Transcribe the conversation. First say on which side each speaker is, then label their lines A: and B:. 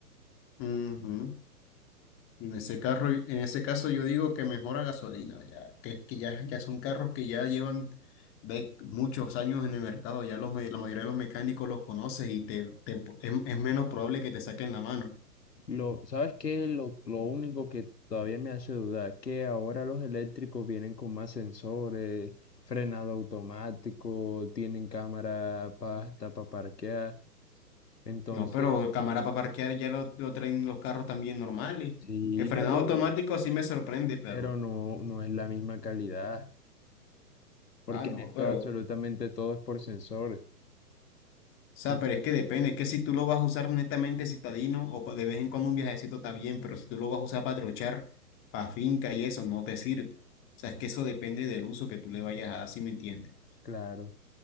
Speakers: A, on the left (about 25°); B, on the left (about 80°).
A: Ujú. En ese carro, en ese caso yo digo que mejora gasolina, ya, que, que ya, ya son carros que ya llevan de muchos años en el mercado, ya los, me- la mayoría de los mecánicos los conoces y te, te po- es, es menos probable que te saquen la mano.
B: Lo, ¿sabes qué? Lo, lo único que todavía me hace dudar, que ahora los eléctricos vienen con más sensores, frenado automático, tienen cámara para hasta para parquear. Entonces,
A: No, pero cámara para parquear ya lo, lo traen los carros también normales.
B: sí,
A: El frenado
B: pero,
A: automático sí me sorprende, pero...
B: pero no, no es la misma calidad, porque
A: Ah, no,
B: en esto
A: pero...
B: absolutamente todo es por sensores.
A: O sea,
B: Entonces,
A: pero es que depende, es que si tú lo vas a usar netamente citadino o pa- de vez en cuando un viajecito está bien, pero si tú lo vas a usar para trochar, para finca y eso, no te sirve. O sea, es que eso depende del uso que tú le vayas a dar, si me entiendes.
B: claro,